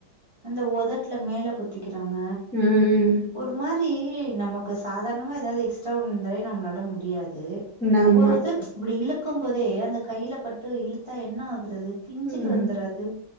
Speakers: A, on the right; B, in the centre.
A: அந்த ஒதட்ல மேல குத்திக்கிறாங்க
B: ம் ம்
A: ஒரு மாரி நமக்கு சாதாரணமா எதாவது எக்ஸ்ட்ரா ஒன்னு இருந்தாலே நம்மளால முடியாது
B: ஆமா.
A: ஒரு இது இப்டி இழுக்கும் போதே அந்த கையில பட்டு இழுத்தா என்ன ஆகுறது பிஞ்சிட்டு
B: ம்.
A: வந்துறாது